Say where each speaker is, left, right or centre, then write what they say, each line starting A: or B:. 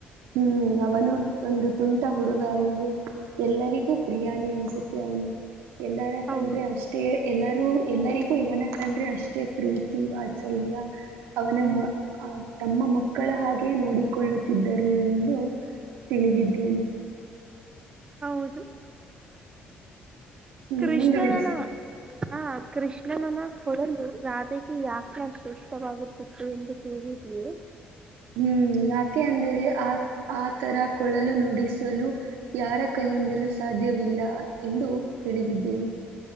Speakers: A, on the right; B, on the right.
A: ಹೂ ಅವನು ಒಂದು ತುಂಟ ಹುಡುಗ ಅಲ್ಲವೆ ಎಲ್ಲರಿಗೂ ಪ್ರಿಯಾನಿ ಅನ್ಸುತ್ತೆ ಅವನು ಎಲ್ಲರ
B: ಹೌದು
A: ಕಂಡ್ರೆ ಅಷ್ಟೇ ಎಲ್ಲರೂ ಎಲ್ಲರಿಗೂ ಇವನ ಕಂಡ್ರೆ ಅಷ್ಟೇ ಪ್ರೀತಿ ವಾತ್ಸಲ್ಯ ಅವನ
B: ಹ್ಮ್
A: ಮ ಆ ತಮ್ಮ ಮಕ್ಕಳ ಹಾಗೆ ನೋಡಿಕೊಳ್ಳುತ್ತಿದ್ದರು ಎಂದು ತಿಳಿದಿದ್ದೇನೆ
B: ಹೌದು
A: ಹ್ಮ್
B: ಕೃಷ್ಣನನ
A: ಮುಂದುವರಿಸಿ
B: ಹ ಕೃಷ್ಣನನ್ನ ಕೊಡದು ರಾಧೆಗೆ ಯಾಕೆ ಅಷ್ಟು ಇಷ್ಟವಾಗುತ್ತಿತ್ತು ಎಂದು ತಿೇಳಿದೇ
A: ಹ್ಮ್ ಯಾಕೆ ಅಂದರೆ ಆ ಆ ತರ ಕೊಳಲು ನುಡಿಸಲು ಯಾರ ಕೈಯಿಂದಲೂ ಸಾಧ್ಯವಿಲ್ಲ ಎಂದು ತಿಳಿದಿದ್ದೇನೆ